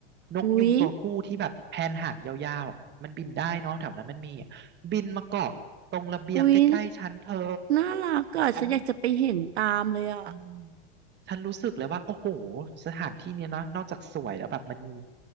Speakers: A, on the right; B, on the right.
A: นกยูงตัวผู้ที่แบบแผนหางยาวๆอะมันบินได้เนาะแถวนั้นมันมีอะบินมาเกาะตรงระเบียงใกล้ๆฉันเธอ
B: อุ้ยอุ้ยน่ารักอ่ะฉันอยากจะไปเห็นตามเลยอ่ะ
A: ฉันอืมฉันรู้สึกเลยว่าโอ้โหสถานที่เนี้ยเนาะนอกจากสวยแล้วแบบมันมี